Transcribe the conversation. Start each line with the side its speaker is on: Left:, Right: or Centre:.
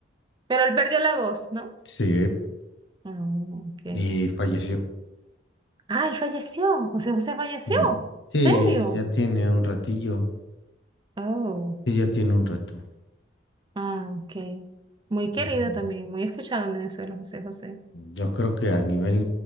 Right: Pero él perdió la voz, ¿no?
Left: sí.
Right: Ah, ok.
Left: Y falleció.
Right: Ah, él falleció. José José falleció.
Left: Mm.
Right: ¿Serio?
Left: Sí, ya tiene un ratillo.
Right: Oh,
Left: Sí, ya tiene un rato.
Right: ah, ok. Muy querido
Left: Ujú.
Right: también, muy escuchado en Venezuela, José José.
Left: Yo creo que a nivel